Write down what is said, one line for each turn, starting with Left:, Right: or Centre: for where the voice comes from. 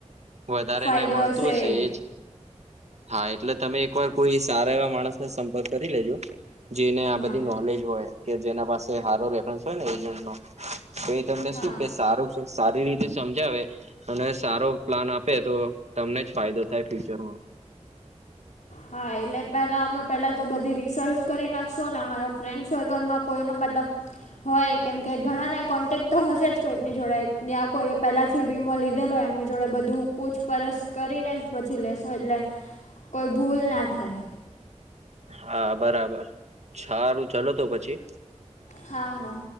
Right: વધારે
Left: ફાયદો
Right: ને મળતું હશે
Left: એ
Right: એજ. હા એટલે તમે એકવાર કોઈ સારા એવા માણસને સંપર્ક કરી લેજો. જેને આ
Left: હા
Right: બધી નોલેજ હોય કે જેના પાસે સારો રેફરન્સ હોય ને એજન્ટ નો. તો એ તમને
Left: હા
Right: શું કે સારું છે સારી રીતે સમજાવે અને સારો પ્લાન આપે તો તમને જ ફાયદો થાય ફ્યુચરમાં.
Left: હા એટલે પેલા અમે પેલા તો બધી રિસર્ચ કરી નાખશો ને અમારા ફ્રેન્ડ સર્કલમાં કોઈનો મતલબ હોય કેમ કે ઘણાના કોન્ટેક તો હશે જ કોઈકની જોડે ત્યાં કોઈ પહેલાંથી વીમો લીધેલોય એમની જોડે બધું પૂછપરછ કરીને જ પછી લેશો એટલે કોઈ ભૂલ ના થાય.
Right: હા બરાબર સારું ચલો તો પછી.
Left: હા હા.